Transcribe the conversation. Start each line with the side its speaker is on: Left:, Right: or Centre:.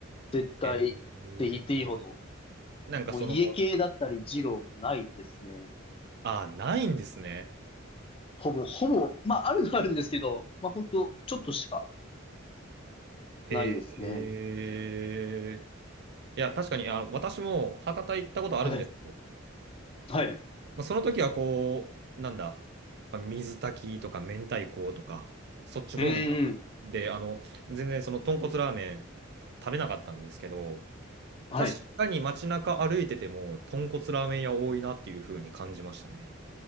Left: 絶対って言っていいほど。
Right: えー、なんかその、
Left: もう家系だったり二郎ないですね。
Right: あ、ないんですね。
Left: ほぼ、ほぼ、まあ、あるのはあるんですけど、まあ、本当ちょっとしか
Right: えーえー
Left: ないですね。
Right: いや、確かに、あの、私も博多行ったことあるんですよ。
Left: はい。はい。う
Right: まあ、その時はこう、なんだ、まあ、水炊きとか明太子とか、そっち方面だで、
Left: ーん。
Right: あの、全然その豚骨ラーメン食べなかったんですけど、
Left: はい。
Right: 確かに街中歩いてても、豚骨ラーメン屋多いなっていう風に感じましたね。